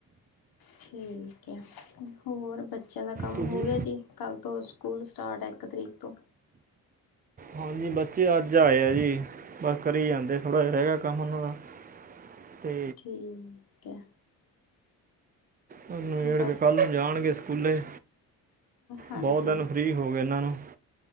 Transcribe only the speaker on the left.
ਠੀਕ ਹੈ ਹੋਰ ਬੱਚਿਆਂ ਦਾ ਕੰਮ
ਹੋ ਗਿਆ ਜੀ। ਕੱਲ੍ਹ ਤੋਂ ਸਕੂਲ ਸਟਾਰਟ ਹੈ ਇੱਕ ਤਰੀਕ ਤੋਂ।
ਠੀਕ ਹੈ।
ਬਸ
ਹਾਂਜੀ